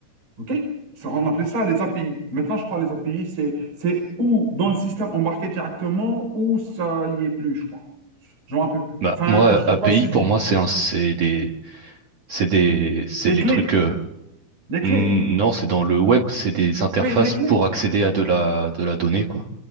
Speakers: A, on the right; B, on the right.
A: Ok? Ça, on appelait ça les API. Maintenant, je crois les API, c'est c'est ou dans le système embarqué directement ou ça y est plus, je crois. Je me rappelle.
B: Bah,
A: Enfin,
B: moi,
A: je
B: API,
A: n'ai pas suivi.
B: pour moi,
A: quoi.
B: c'est un, c'est des, c'est des, c'est
A: Les
B: les
A: clés,
B: trucs, euh,
A: les clés.
B: n- non, c'est dans le web, c'est des interfaces
A: Oui, les clés.
B: pour accéder à de la, de la donnée, quoi.